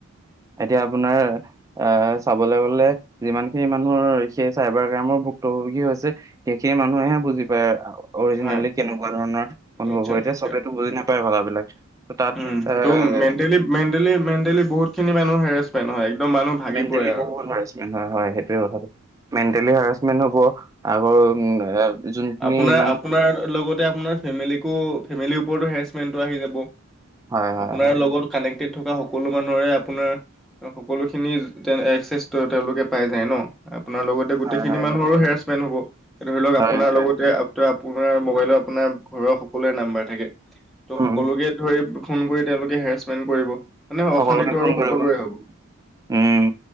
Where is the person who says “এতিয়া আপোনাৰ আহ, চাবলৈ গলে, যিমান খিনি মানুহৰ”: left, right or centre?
Right